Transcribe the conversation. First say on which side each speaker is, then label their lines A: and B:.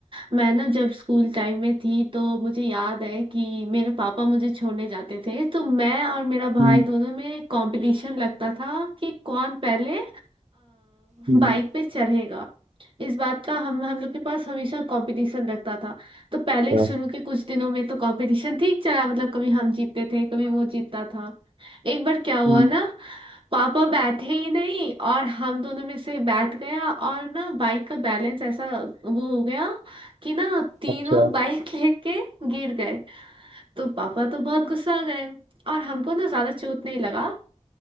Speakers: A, on the right; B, on the right.
A: मैं ना जब स्कूल टाइम में थी तो मुझे याद है कि मेरे पापा मुझे छोड़ने जाते थे तो मैं और मेरा भाई
B: हम्म,
A: दोनों में कंपटीशन लगता था कि कौन पहले
B: हम्म,
A: बाइक पे चढ़ेगा इस बात का हम हम लोग के पास हमेशा कंपटीशन रहता था तो पहले
B: अच्छा
A: शुरू के कुछ दिनों में तो कंपटीशन ठीक चला मतलब कभी हम जीतते थे कभी वो जीतता था एक बार क्या हुआ
B: हम्म,
A: ना पापा बैठे ही नहीं और हम दोनों में से बैठ गया और ना बाइक का बैलेंस ऐसा वो हो गया कि ना तीनों
B: अच्छा
A: बाइक <laughs> लेके गिर गए तो पापा तो बहुत गुस्सा गए और हमको ना ज्यादा चोट नहीं लगा